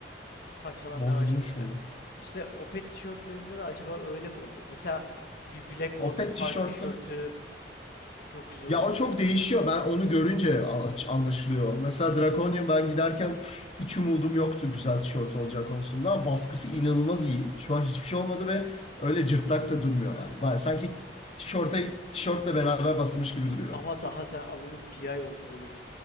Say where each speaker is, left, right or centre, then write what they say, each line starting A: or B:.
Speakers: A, on the left; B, on the left.
A: Parçalanmaya
B: Bozulmuş
A: başlamıştı.
B: mu?
A: İşte Opet tişörtlerinde de acaba öyle mi olur? Mesela bir Blackwater
B: O pet
A: Park
B: tişörtlü.
A: tişörtü çok güzel
B: Ya
A: olur.
B: o çok değişiyor. Ben onu görünce a- anlaşılıyor. Mesela Draconian ben giderken hiç umudum yoktu güzel tişört olacağı konusunda. Ama Baskısı inanılmaz iyi. Şu an hiçbir şey olmadı ve öyle cırtlak da durmuyor yani. Baya sanki tişörte, tişörtle beraber basılmış gibi duruyor.
A: Ama daha sen alalı bir ay oldu oğlum.